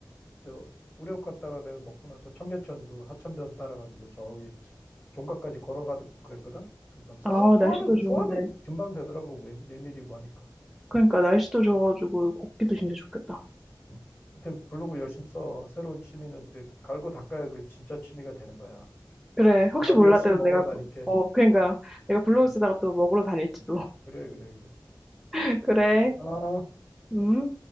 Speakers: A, on the left (about 30°); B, in the centre.
A: 저, 우레옥 갔다가 내가 먹고 나서 청계천 그 하천변 따라가지고 저기 종각까지 걸어가도 그랬거든? 그러니까 소화,
B: 아,
A: 소화는,
B: 날씨도
A: 그 소화는
B: 좋은데.
A: 금방 되더라고. 메, 메밀이고 하니까.
B: 그러니까, 날씨도 좋아가지고, 걷기도
A: 음.
B: 진짜 좋겠다.
A: 음. 하여튼 블로그 열심히 써. 새로운 취미는 또 갈고 닦아야 그 진짜 취미가 되는 거야.
B: 그래, 혹시
A: 나도
B: 몰라
A: 열심히
B: 도
A: 먹으러
B: 내가,
A: 다닐게.
B: 부- 어, 그러니까 내가 블로그
A: 음.
B: 쓰다가 또 먹으러 다닐지도.
A: 그래, 그래, 그래.
B: <laughs> 그래,
A: 아.
B: 음.